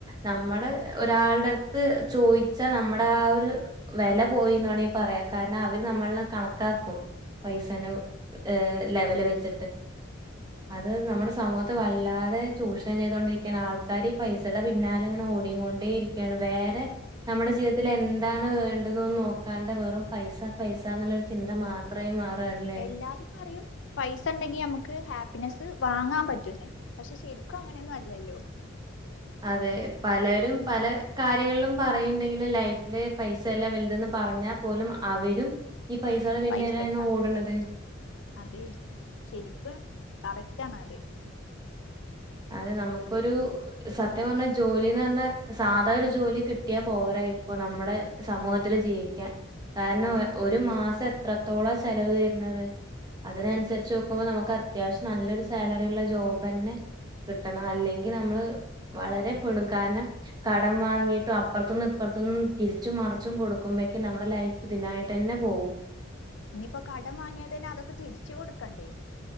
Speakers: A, on the right; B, on the left.
A: നമ്മള് ഒരാളടെടുത്ത് ചോയിച്ചാ നമ്മടെ ആ ഒരു വെല പോയിന്ന് വേണെങ്കി പറയാ കാരണം അവര് നമ്മള്നെ കണക്കാക്കും പൈസനെ ഏഹ് ലെവല് വെച്ചിട്ട് അത് നമ്മടെ സമൂഹത്തെ വല്ലാതെ ചൂഷണം ചെയ്തുകൊണ്ടിരിക്കയാണ് ആൾക്കാര് പൈസടെ പിന്നാലെ ഇങ്ങനെ ഓടി കൊണ്ടേ ഇരിക്കാണ് ക്കെയാണ് വേറെ നമ്മുടെ ജീവിതത്തിൽ എന്താണ് വേണ്ടതന്ന് നോക്കാണ്ട് വെറും പൈസ പൈസ എന്നുള്ളരു ചിന്ത മാത്ര അത്രയും മാറല്ലേ
B: എല്ലാരും പറയും പൈസ ഉണ്ടെങ്കി നമുക്ക് ഹാപ്പിനെസ്സ് വാങ്ങാൻ പറ്റുന്നു പക്ഷെ ശരിക്കും അങ്ങനെയൊന്നും അല്ലല്ലോ
A: അതെ പലരും പല കാര്യങ്ങളിലും പറയ്ണ്ടെങ്കിലും ലൈഫില് പൈസയല്ലാം വലുതെന്ന് പറഞ്ഞാൽ പോലും അവരും ഈ പൈസകള പിന്നരാണ്
B: പൈസക്കാണ്
A: ഓട്ണത്
B: അതെ ശരിപ്പ് കറക്റ്റ് ആണ് അത്
A: അതെ നമുക്കൊരു സത്യം പർഞ്ഞാൽ ജോലിന്ന് പറഞ്ഞാ സാധാ ഒരു ജോലി കിട്ടിയാൽ പോരാ ഇപ്പൊ നമ്മുടെ സമൂഹത്തിൽ ജീവിക്കാൻ കാരണം ഒരു മാസം എത്രത്തോളം ചെലവ് വരുന്നത് അതിനനുസരിച്ച് നോക്കുമ്പോൾ നമുക്ക് അത്യാവശ്യം നല്ലൊരു സാലറി ഉള്ള ജോബന്നെ കിട്ടണം അല്ലെങ്കിൽ നമ്മള് വളരെ പെടും കാരണം കടം വാങ്ങിയിട്ടും അപ്പർത്ത്ന്നും ഇപ്പർത്ത്ന്നും തിരിച്ചും മറിച്ചും കൊടുക്കുമ്പേക്കും നമ്മുടെ ലൈഫ് ഇതിനായിട്ടന്നെ പോവും
B: ഇനിയിപ്പോ കടം വാങ്ങിയാതനെ അതൊക്കെ തിരിച്ചു കൊടുക്കണ്ടേ